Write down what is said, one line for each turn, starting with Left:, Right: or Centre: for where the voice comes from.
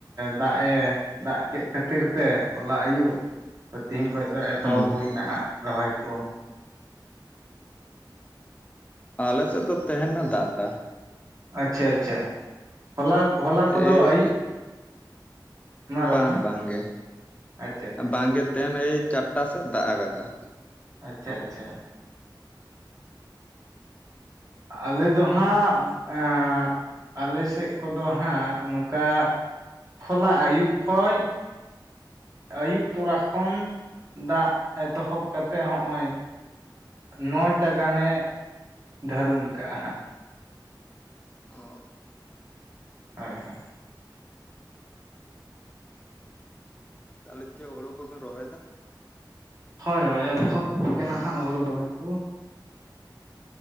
Right: ᱫᱟᱜᱼ ᱮ ᱫᱟᱜ ᱠᱮᱫ ᱠᱷᱟᱹᱛᱤᱨ ᱛᱮ ᱦᱚᱞᱟ ᱟᱭᱩᱵ ᱛᱚ ᱛᱮᱦᱮᱧ ᱠᱷᱚᱱ ᱫᱚ ᱮᱛᱚᱦᱚᱵ
Left: ᱦᱩᱸ
Right: ᱦᱩᱭ ᱱᱟ ᱦᱟᱜ ᱨᱚᱦᱚᱭ ᱠᱚ
Left: ᱟᱞᱮᱥᱮᱫ ᱫᱚ ᱛᱟᱦᱮᱱᱮ ᱫᱟᱜ ᱫᱟ
Right: ᱟᱪᱪᱷᱟ ᱟᱪᱪᱷᱟ ᱦᱚᱞᱟ ᱦᱚᱞᱟ
Left: ᱮᱭ
Right: ᱠᱚᱫᱚ ᱟᱹᱭᱩᱵ ᱢᱟ ᱨᱚᱲ
Left: ᱵᱟᱝ
Right: ᱢᱮ
Left: ᱵᱟᱝᱜᱮ
Right: ᱟᱪᱪᱷᱟ ᱟᱪᱪᱷᱟ
Left: ᱵᱟᱝᱜᱮ ᱛᱟᱦᱮᱱ ᱮᱭ ᱪᱟᱨᱴᱟ ᱥᱮᱫ ᱫᱟᱜ ᱠᱟᱫᱟ
Right: ᱟᱪᱪᱷᱟ ᱟᱪᱪᱷᱟ ᱟᱞᱮ ᱫᱚ ᱦᱟᱸᱜ ᱮ ᱟᱞᱮ ᱥᱮᱫ ᱠᱚᱫᱚ ᱦᱟᱸᱜ ᱱᱚᱝᱠᱟ ᱦᱚᱞᱟ ᱟᱹᱭᱩᱵ ᱠᱷᱚᱡ ᱟᱹᱭᱩᱵ ᱛᱚᱨᱟ ᱠᱷᱚᱱ ᱫᱟᱜ ᱮᱛᱚᱦᱚᱵ ᱠᱟᱛᱮᱫ ᱦᱚᱜᱼᱚᱭ ᱱᱚᱭᱴᱟ ᱜᱟᱱᱮ ᱫᱷᱟᱹᱨᱩᱱ ᱠᱟᱜᱼᱟ ᱦᱟᱸᱜ
Left: ᱚ
Right: ᱦᱳᱭ ᱦᱳᱭ
Left: ᱛᱟᱦᱚᱞᱮ ᱪᱮᱫ ᱦᱳᱲᱩ ᱠᱚᱵᱤᱱ ᱨᱚᱦᱚᱭᱮ ᱫᱟ
Right: ᱦᱳᱭ ᱦᱳᱭ ᱮᱛᱚᱦᱚᱵ ᱠᱟᱱᱟ ᱦᱟᱸᱜ ᱦᱩᱲᱩ ᱨᱚᱦᱚᱭ ᱠᱚ